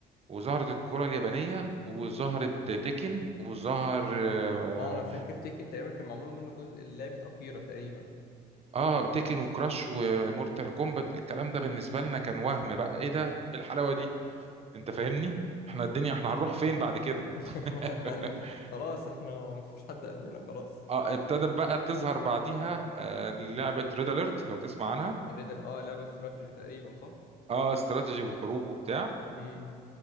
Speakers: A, on the right; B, on the left.
A: وظهرت الكرة اليابانية وظهرت تيكن وظهر آه،
B: اه انا فاكر تيكن تقريبا كان معمول منه جزء لعبة أكيرا تقريبا
A: اه تيكن وكراش ومورتال كومبات الكلام
B: <laughs>
A: ده بالنسبه
B: امم
A: لنا كان وهم بقى ايه ده ايه الحلاوه دي انت فاهمني احنا الدنيا احنا هنروح فين بعد كده
B: احنا
A: <laughs>
B: احنا هن- خلاص احنا مفيش حد قدنا خلاص
A: اه ابتدت بقى تظهر بعديها آه لعبه ريد اليرت لو تسمع عنها
B: الريدل اه لعبة استراتيجي تقريبا صح
A: اه استراتيجي وحروب وبتاع
B: امم